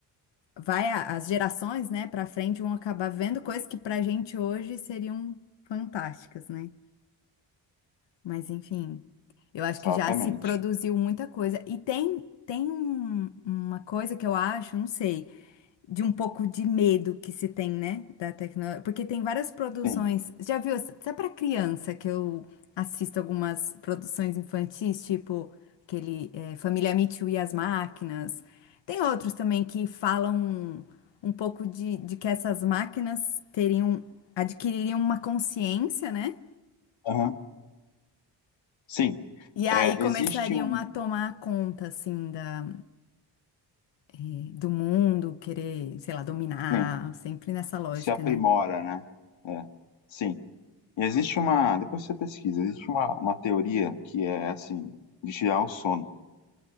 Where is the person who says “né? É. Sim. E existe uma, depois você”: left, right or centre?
Left